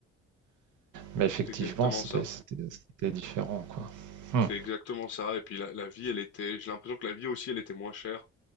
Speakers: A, on the right; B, on the left.
A: mais effectivement,
B: Exactement
A: c'était
B: ça.
A: c'était- c'était différent. Quoi.
B: C'est
A: Hmm.
B: exactement ça. Et puis la, la vie, elle était, j'ai l'impression que la vie aussi, elle était moins chère.